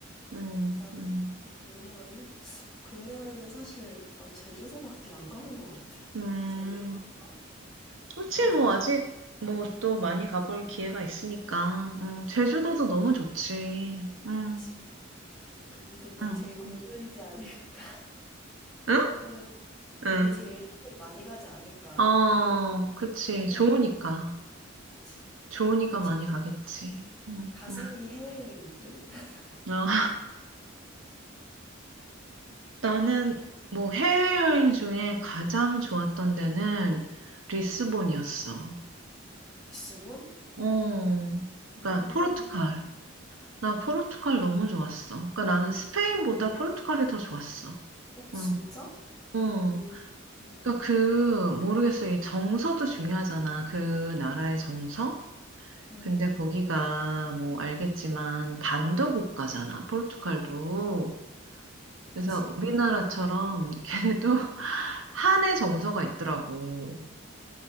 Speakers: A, on the right; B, in the centre.
A: 음,
B: 일단
A: 음,
B: 국내 여행? 국내 여행은 사실 난 제주도밖에 안 가본 것 같아.
A: 음.
B: 어, 제대로 안 가?
A: 그렇지
B: 근데
A: 뭐
B: 사실
A: 아직 뭐 또 많이 가볼 기회가 있으니까. 음, 제주도도 너무 좋지. 음,
B: 그치. 그게 근데
A: 음.
B: 제일 국룰이지 않을까 <laughs>
A: 응?
B: 생각을 그게
A: 응.
B: 제일 사람들이 많이 가지 않을까
A: 어, 그치.
B: 생각을
A: 좋으니까.
B: 못- 그치.
A: 좋으니까
B: 그게 제일
A: 많이 가겠지. 응,
B: 가성비
A: 응.
B: 해외여행 느낌? <laughs>
A: 어. 나는 뭐 해외여행 중에 가장 좋았던 데는 리스본이었어.
B: 리스본?
A: 어,
B: 음,
A: 그러니까 포르투갈. 나 포르투갈 너무 좋았어. 그러니까 나는 스페인보다 포르투갈이 더 좋았어.
B: 어 진짜?
A: 응. 응.
B: 음, 음,
A: 그러니까 그 모르겠어. 이 정서도 중요하잖아. 그 나라의 정서.
B: 음,
A: 근데 거기가 뭐 알겠지만 반도 국가잖아. 포르투갈도.
B: 그치.
A: 그래서 우리나라처럼 걔네도 <laughs> 한의 정서가 있더라고.